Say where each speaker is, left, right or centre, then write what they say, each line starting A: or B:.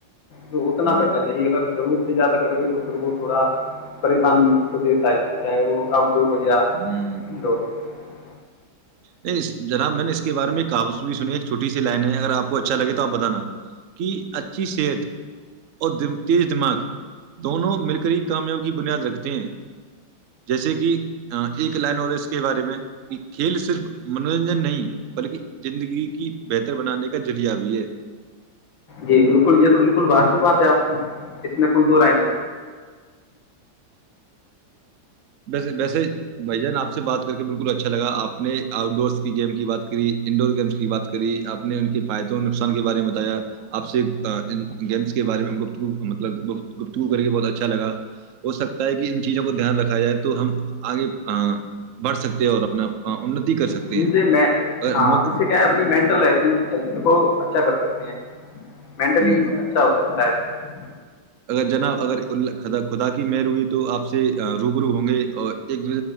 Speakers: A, on the left (about 75°); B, on the right (about 65°).
A: تو اتنا
B: ہوں،
A: کرنا چاہیے اگر ضرور زیادہ کرو گے تو پھر وہ تھوڑا پریشانی کو دیتا ہی ہے چاہے وہ اب دورج انڈور
B: ہوں۔
A: <unintelligible>
B: نہیں جناب میں نے اس کے بارے میں کاوس بھی سنی ایک چھوٹی سی لائن ہے اگر آپ کو اچھا لگے تو آپ بتانا کہ اچھی صحت اور تیز دماغ دونوں مل کری کامیاب کی بنیاد رکھتے ہیں جیسے کہ ایک لائن اور ہے اس کے بارے میں <unintelligible> کھیل صرف منورنجن نہیں بلکہ زندگی کی بہتر بنانے کا ذریعہ بھی ہے
A: جی بالکل یہ تو بالکل باضف بات ہے آپ کی اس میں کوئی دو رائے نہیں
B: ویسے ویسے بھ جان آپ سے بات کر کے بالکل اچھا لگا آپ نے آؤٹ ڈورس کی گیم کی بات کری انڈور گیمس کی بات کری آپ نے ان کے فائدوں اور نقصان کے بارے میں بتایا آپ سے گیمس کے بارے میں گتگ مطلب گ گتگو کر کے بہت اچھا لگ ہو سکتا ہے کہ ان چیزوں کو دھیان رکھا جائے <unintelligible> تو ہم آگے بڑھ سکتے اور اپنا اننتی کر سکتے
A: ج
B: ہیں
A: سے
B: اگر
A: ہاں
B: موقع
A: اس سے کیا ہے اپنی مٹلھ کو اچھا کر سکتے ہوں مینٹلی
B: ہوں،
A: اچھا ہو سکتا ہے
B: گر جناب اگر خدا کی مر ہوئی تو آپ سے روب رو ہوں گے اور ایک